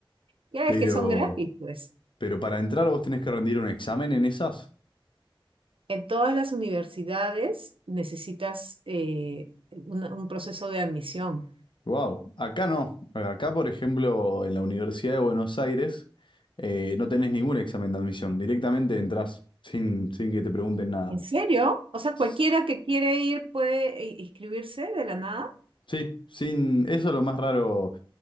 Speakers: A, on the right; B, on the left.
A: Ya
B: pero,
A: ves que son gratis, pues.
B: pero para entrar vos tenés que rendir un examen en esas.
A: En todas las universidades necesitas eh, una- un proceso de admisión.
B: Wow, acá no. Eh, Acá, por ejemplo, en la Universidad de Buenos Aires, eh, no tenés ningún examen de admisión. Directamente entrás sin, sin que te pregunten nada.
A: ¿En serio? O sea,
B: S-
A: cualquiera que quiere ir puede i- inscribirse de la nada.
B: Sí, sin, eso es lo más raro